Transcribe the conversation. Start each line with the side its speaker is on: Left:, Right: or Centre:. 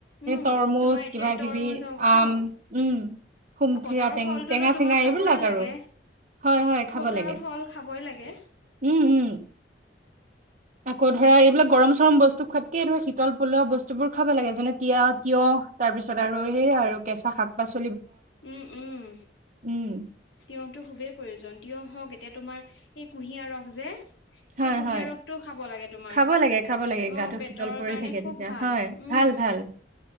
Left: উম
Right: তৰমুজ
Left: তোমাৰ এতিয়া
Right: কিবা
Left: তৰমুজ
Right: কিবি
Left: হওক
Right: আম
Left: অ
Right: উম সুমথিৰা
Left: বতৰৰ
Right: টে
Left: ফলটোতো
Right: টেঙা
Left: তোমাৰ
Right: চেঙা
Left: খাবই
Right: এইবিলাক
Left: লাগে
Right: আৰু। হয় হয় খাব
Left: বতৰৰ
Right: লাগে
Left: ফল খাবই লাগে
Right: উম উম আকৌ ধৰা এইবিলাক গৰম চৰম বস্তু খোৱাতকে ধৰা শীতল পলোৱা বস্তুবোৰ খাব লাগে। যেনে তিয় তিয়হ তাৰ পিছত আৰু সেই আৰু কেঁচা শাক-পাচলি।
Left: উম উম
Right: উম
Left: তেওঁতো খুবেই প্ৰয়োজন। তিয়হ হওঁক, এতিয়া তোমাৰ এই কুঁহিয়াৰ ৰস যে সেই
Right: হয়
Left: কুঁহিয়াৰ
Right: হয়
Left: ৰসটোও খাব লাগে তোমাৰ,
Right: খাব লাগে খাব লাগে
Left: অ'!
Right: গাটো
Left: পেটৰ
Right: শীতল পৰি
Left: কাৰণে
Right: থাকে
Left: খুব
Right: তেতিয়া
Left: ভাল।
Right: হয়
Left: উম!
Right: ভাল, ভাল